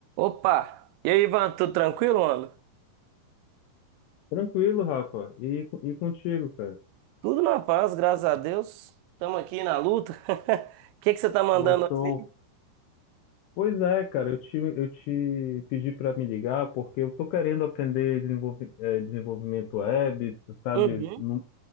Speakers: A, on the right; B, on the left.
A: Opa! E aí, Ivan, tudo tranquilo, mano?
B: Tranquilo, Rafa. E, co- e contigo, cara?
A: Tudo na paz, graças a Deus. Estamos aqui na luta. <laughs> O que que você tá mandando
B: Pô, show.
A: hoje?
B: Pois é, cara, eu te, eu te pedi para me ligar porque eu tô querendo aprender desenvolve, eh, desenvolvimento web, tu
A: aí?
B: sabe?
A: Uhum,
B: Não,